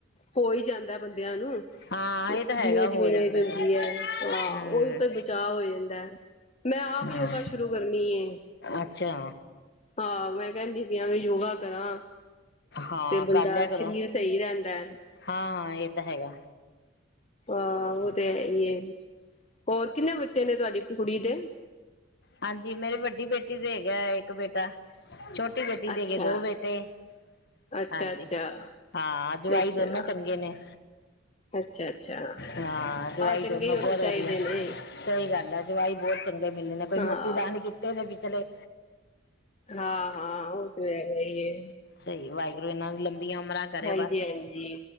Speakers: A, on the left; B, on the left.
A: ਹੋ ਹੀ ਜਾਂਦਾ ਬੰਦਿਆਂ ਨੂੰ।
B: ਹਾਂ ਇਹ ਤਾਂ ਹੈਗਾ
A: ਜਿਵੇਂ ਜਿਵੇਂ
B: ਹੋ ਜਾਂਦਾ
A: ਏਜ ਹੁੰਦੀ
B: ਹੈਗਾ
A: ਐ ਉਹੀ
B: ਹਮ
A: ਤੋਂ ਬਚਾਅ ਹੋ ਜਾਂਦਾ। ਮੈਂ ਆਪ
B: ਹਮ
A: ਯੋਗਾ ਸ਼ੁਰੂ ਕਰਨੀ ਐ
B: ਅੱਛਾ
A: ਹਾਂ ਮੈਂ ਕਹਿੰਦੀ ਸੀ ਵੀ ਯੋਗਾ। ਕਰਾਂ
B: ਹਾਂ
A: ਤੇ ਬੰਦਾ
B: ਕਰ ਲਿਆ ਕਰੋ
A: ਸਰੀਰ ਸਹੀ ਰਹਿੰਦਾ।
B: ਹਾਂ ਇਹ ਤਾਂ ਹੈਗਾ।
A: ਆਹ ਉਹ ਤੇ ਹੈਈ ਐ ਹੋਰ ਕਿੰਨੇ ਬੱਚੇ ਨੇ ਤੁਹਾਡੀ ਕੁੜੀ ਦੇ।
B: ਹਾਂਜੀ ਮੇਰੀ ਵੱਡੀ ਬੇਟੀ ਦੇ ਹੈਗਾ ਇੱਕ ਬੇਟਾ। ਛੋਟੀ ਬੇਟੀ ਦੇ
A: ਅੱਛਾ
B: ਹੈਗੇ ਦੋ ਬੇਟੇ।
A: ਅੱਛਾ
B: ਹਾਂਜੀ-ਹਾਂ,
A: ਅੱਛਾ
B: ਜਵਾਈ
A: ਅੱਛਾ
B: ਦੋਨੋ ਚੰਗੇ ਨੇ।
A: ਅੱਛਾ ਅੱਛਾ
B: ਹਾਂ ਜਵਾਈ
A: ਚੰਗੇ
B: ਦੋ ਬਹੁਤ
A: ਹੀ ਹੋਣੇ ਚਾਹੀਦੇ
B: ਵਧੀਆ,
A: ਨੇ
B: ਸਹੀ ਗੱਲ ਆ ਜਵਾਈ ਬਹੁਤ ਚੰਗੇ ਮਿਲਲੇ ਨੇ ਕੋਈ
A: ਹਾਂ
B: ਮੋਤੀ ਦਾਨ ਕਿ ਤੇ ਨੇ ਬ ਚਲੇ
A: ਹਾਂ-ਹਾਂ, ਉਹ ਤੇ ਹੈਹੀ ਹੈ।
B: ਸਹੀ, ਵਾਹਿਗੁਰੂ ਇਹਨਾਂ ਦੀ ਲੰਬੀਆਂ ਉਮਰਾਂ ਕਰੇ
A: ਹਾਂਜੀ
B: ਬਸ
A: ਹਾਂਜੀ